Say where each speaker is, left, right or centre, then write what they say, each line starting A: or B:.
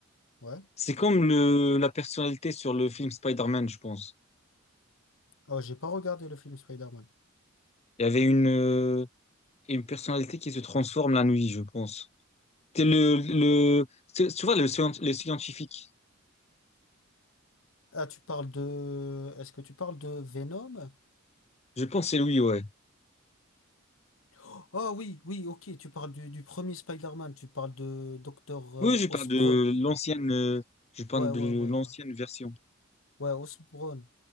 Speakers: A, on the left (about 75°); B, on the left (about 30°).
A: Ouais.
B: c'est comme le, la personnalité sur le film Spider-Man, je pense.
A: Oh, j'ai pas regardé le film Spider-Man.
B: Il y avait une, euh, une personnalité qui se transforme la nuit, je pense. C'est le, le, c'est- tu vois, le, scien- le scientifique.
A: Ah, tu parles de... Est-ce que tu parles de Venom?
B: Je pense que c'est lui, ouais.
A: Oh oui, oui, ok, tu parles du, du premier Spider-Man, tu parles de Docteur euh,
B: Oui, je parle
A: Osborn.
B: de l'ancienne, euh, je parle
A: Ouais, ouais,
B: de
A: ouais,
B: l'ancienne
A: ouais.
B: version.
A: Ouais, Osborn.